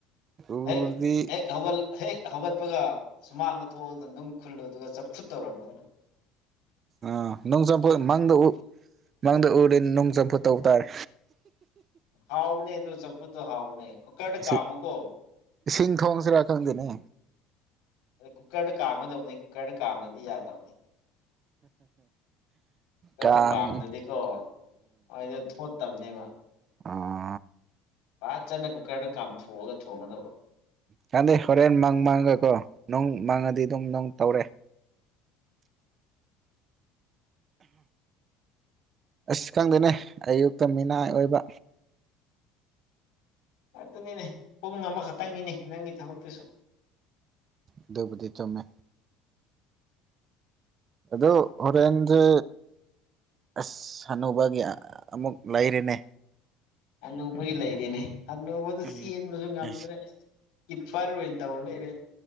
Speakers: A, on the right; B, on the left.
A: ꯎꯔꯗꯤ
B: ꯍꯦꯛ ꯍꯦꯛ ꯍꯧꯒꯜ ꯍꯦꯛ ꯍꯧꯒꯠꯄꯒ ꯁꯨꯃꯥꯡꯗ ꯊꯣꯛꯑꯣ ꯑꯗꯨꯒ ꯅꯨꯡ ꯈꯨꯜꯂꯨ ꯑꯗꯨꯒ ꯆꯞꯐꯨꯠ ꯇꯧꯔꯝꯃꯣ
A: ꯑꯥ ꯅꯣꯡ ꯆꯝꯐꯨꯠ ꯃꯪꯗ ꯎ ꯃꯪꯗ ꯎꯔꯦ ꯅꯣꯡ ꯆꯝꯐꯨ ꯇꯧꯕ ꯇꯥꯔꯦ
B: ꯑꯣ ꯍꯥꯎꯕꯅꯦ ꯑꯗꯨꯗꯣ ꯆꯝꯐꯨꯠꯇꯣ ꯍꯥꯎꯕꯅꯦ ꯀꯨꯀꯔꯗ
A: ꯏꯁꯤꯡ
B: ꯀꯥꯝꯃꯨꯀꯣ
A: ꯏꯁꯤꯡ ꯊꯣꯡꯁꯤꯔ ꯈꯪꯗꯦꯅꯦ
B: ꯑꯦ ꯀꯨꯀꯔꯗ ꯀꯥꯝꯒꯗꯕꯅꯤ ꯀꯨꯀꯔꯗ ꯀꯥꯝꯗꯗꯤ ꯌꯥꯗꯕꯅꯤ ꯀꯨꯀꯥꯔꯗ
A: ꯀꯥꯡ
B: ꯀꯝꯗꯗꯤ ꯀꯣ ꯃꯣꯏꯗꯤ ꯊꯣꯠ ꯇꯕꯅꯦꯕ
A: ꯑꯣ
B: ꯐꯖꯠꯅ ꯀꯨꯀꯔꯗ ꯀꯥꯝꯊꯣꯛꯑꯒ ꯊꯣꯡꯒꯗꯧꯕ
A: ꯀꯥꯟꯗꯦ ꯍꯣꯔꯦꯟ ꯃꯪ ꯃꯥꯡꯒꯀꯣ ꯅꯨꯡ ꯃꯪꯉꯗꯤ ꯑꯗꯨꯝ ꯅꯨꯡ ꯇꯧꯔꯦ ꯑꯁ ꯈꯪꯗꯦꯅꯦ ꯑꯌꯨꯛꯇ ꯃꯤꯅꯥꯏ ꯑꯣꯏꯕ
B: ꯑꯗꯨꯅꯤꯅꯦ ꯄꯨꯡ ꯑꯃꯈꯛꯇꯪꯒꯤꯅꯦ ꯅꯪꯒꯤ ꯊꯕꯛꯇꯨꯁꯨ
A: ꯑꯗꯨꯕꯨꯗꯤ ꯆꯨꯝꯃꯦ ꯑꯗꯣ ꯍꯣꯔꯦꯟꯖꯦ ꯑꯁ ꯁꯥꯟꯅꯨꯅꯕꯒꯤ ꯑꯃꯨꯛ ꯂꯩꯔꯦꯅꯦ
B: ꯑꯅꯧꯕꯒꯤ ꯂꯩꯔꯤꯅꯦ ꯍꯟꯅꯨꯕꯗꯨ
A: ꯎꯝ
B: ꯆꯦꯟꯕꯁꯨ ꯉꯝꯗ꯭ꯔꯦ
A: ꯑꯁ
B: ꯀꯤꯄꯔ ꯑꯣꯏꯅ ꯇꯧ ꯂꯩꯔꯦ